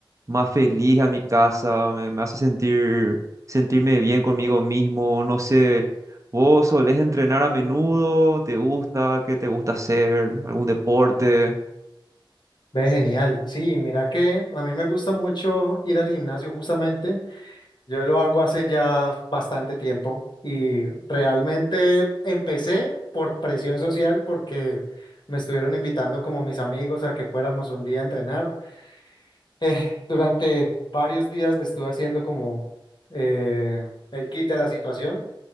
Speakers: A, on the right; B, on the left.
A: más feliz a mi casa, me, me hace sentir, sentirme bien conmigo mismo. No sé, ¿vos solés entrenar a menudo? ¿Te gusta? ¿Qué te gusta hacer? ¿Algún deporte?
B: Ve, genial. Sí, mira que a mí me gusta mucho ir al gimnasio justamente. Yo lo hago hace ya bastante tiempo y realmente empecé por presión social porque me estuvieron invitando como mis amigos a que fuéramos un día a entrenar. Eh, durante varios días le estuve haciendo como eh, el quite a la situación,